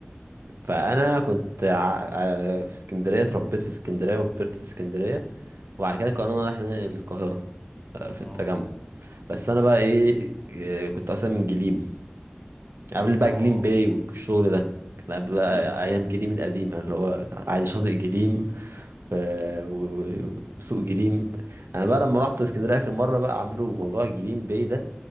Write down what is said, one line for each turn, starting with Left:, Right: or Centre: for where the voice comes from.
Right: فانا كنت ع- آه، في اسكندريه اتربيت في اسكندريه وكبرت في اسكندريه وبعد كده قررنا ان احنا ننقل القاهره آه، في
Left: اه
Right: التجمع بس انا بقى ايه آه، كنت اصلا من جليم قبل بقى
Left: اه
Right: جليم باي والشغل ده كان قبل بقى
Left: ايوه ايوه
Right: ايام جليم القديمه اللي هو عادي شاطئ جليم آه، و- وسوق جليم انا بقى لما رحت اسكندريه اخر مره بقى عملوا موضوع جليم باي ده